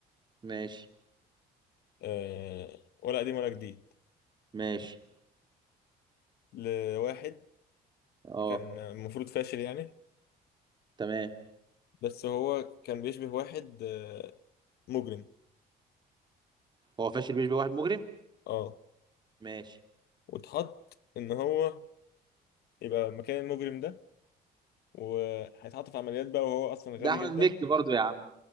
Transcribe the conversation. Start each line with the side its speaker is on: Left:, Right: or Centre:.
Right: ماشي
Left: آه ولا قديم ولا جديد
Right: ماشي
Left: لواحد
Right: اه
Left: كان المفروض فاشل يعني
Right: تمام
Left: بس هو كان بيشبه واحد آه مجرم
Right: هو فاشل بيشبه واحد مجرم
Left: اه
Right: ماشي
Left: واتحط إن هو يبقى مكان المجرم ده وهيتحط في عمليات بقى وهو اصلا
Right: ده
Left: غبي
Right: احمد
Left: جدا
Right: مكي برضو يا عم